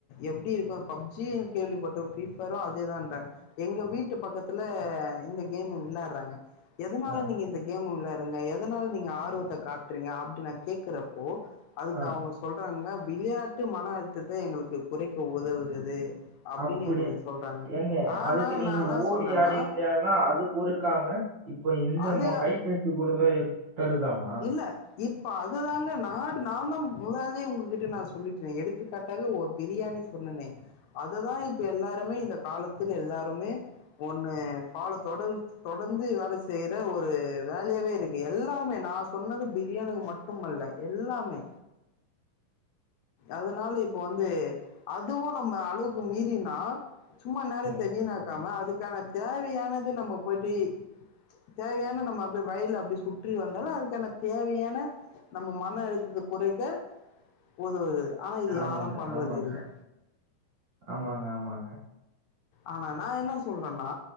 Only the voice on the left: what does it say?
எப்டி இருக்கும் பப்ஜி சீ எல் கேள்விபட்டோம் பி பேரும் அதேதான்றாங்க எங்க வீட்டு பக்கத்துல இந்த கேம் விளயாடுறாங்க எதனால
நீங்க இந்த கேம் விளையாருங்க எத அதனால நீங்க ஆர்வத்த காட்டுறீங்க அப்டின் நான் கேக்குறப்போ அதுக்கு
அவங்க சொல்றாங்கன்னா விளையாட்டு மன அழுத்தத்தை எங்களுக்கு குறைக்க உதவுகது அப்படின்னு
எங்களுக்கு சொல்றாங்க
ஆனா
நா என்ன
சொல்றேன்னா
அது
இல்ல இப்ப அதுதாங்க நாடு நானான் முதாலே உங்ககிட்ட நான் சொல்லிட்டேன் எடுத்துக்காட்டாக ஒரு பிரியாணி சொன்னனேன் அதைதான் இப்ப எல்லாருமே இந்த காலத்துல எல்லாருமே ஒண்ணு பல தொடர் தொடர்ந்து வேலை செய்யற ஒரு வேலையாவே இருக்கு எல்லாமே நா பிரியாணி மட்டும்மல்ல எல்லாமே அதனால இப்ப வந்து அதுவு நம்ம அளவுக்கு மீறினா சும்மா நேரத்தை
வீணாக்காம
அதுக்கான தேவையானது நம்ம போயிட்டு தேவையனா நம்ம அப்படிய வயல அப்படி சுற்றி வந்த தலழத் என தேவையான நம்ம மன அழுத்தத்தை குறைக்க உதவுது ஆனா இது
யாரும் பண்றது
இல்லை
ஆனா நா என்ன சொல்றன்னா